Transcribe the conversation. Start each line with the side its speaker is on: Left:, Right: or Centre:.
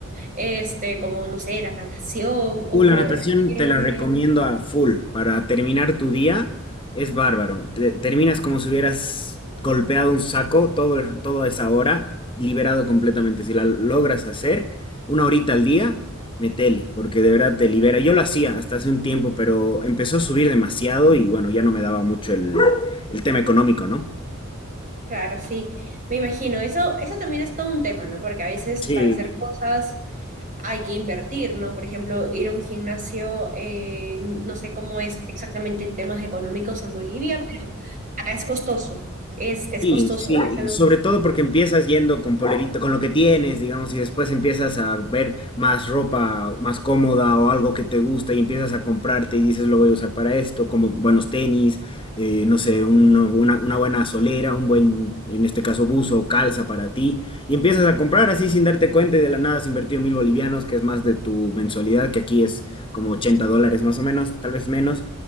Right: este, como, no sé, la natación o
Left: Uh, la
Right: correr,
Left: natación te la recomiendo a full. Para terminar tu día es bárbaro. Te- terminas como si hubieras golpeado un saco todo, el- toda esa hora, liberado completamente. Si la logras hacer, una horita al día, metele, porque de verdad te libera. Yo lo hacía hasta hace un tiempo, pero empezó a subir demasiado y bueno, ya no me daba mucho el, el tema económico, ¿no?
Right: Claro, sí, me imagino. Eso, eso también es todo un tema, ¿no? Porque a veces
Left: Sí,
Right: para hacer cosas hay que invertir, ¿no? Por ejemplo, ir a un gimnasio, eh, no sé cómo es exactamente en temas económicos en Bolivia, pero acá es costoso, es, es
Left: Sí,
Right: costoso.
Left: sí,
Right: es algo-
Left: y sobre todo porque empiezas yendo con polerito, con lo que tienes, digamos, y después empiezas a ver más ropa más cómoda o algo que te gusta y empiezas a comprarte y dices lo voy a usar para esto, como buenos tenis, eh, no sé, uno- una, buena- una buena solera, un buen, en este caso, buzo o calza para ti, y empiezas a comprar así sin darte cuenta y de la nada has invertido mil bolivianos, que es más de tu mensualidad, que aquí es como 80 dólares más o menos, tal vez menos